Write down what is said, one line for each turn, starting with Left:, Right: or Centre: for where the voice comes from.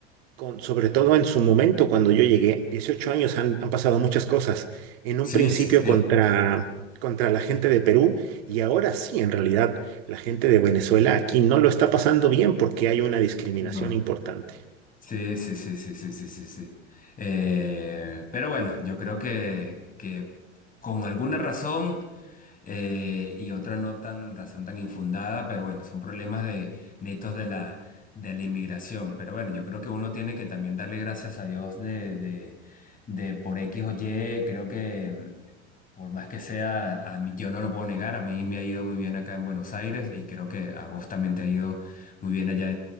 Right: con, sobre todo en su momento cuando yo llegué, 18 años han, han pasado muchas cosas, en un
Left: Sí,
Right: principio
Left: sí, sí.
Right: contra, contra la gente de Perú y ahora sí, en realidad, la gente de Venezuela aquí no lo está pasando bien porque hay una discriminación
Left: No.
Right: importante.
Left: Sí, sí, sí, sí, sí, sí, sí, sí. Eh, pero bueno, yo creo que, que con alguna razón eh, y otra no tan razón tan infundada, pero bueno, son problemas de netos de la, de la inmigración. Pero bueno, yo creo que uno tiene que también darle gracias a Dios de, de, de por X o Y. Creo que mm, por más que sea, a mí, yo no lo puedo negar, a mí me ha ido muy bien acá en Buenos Aires y creo que a vos también te ha ido muy bien allá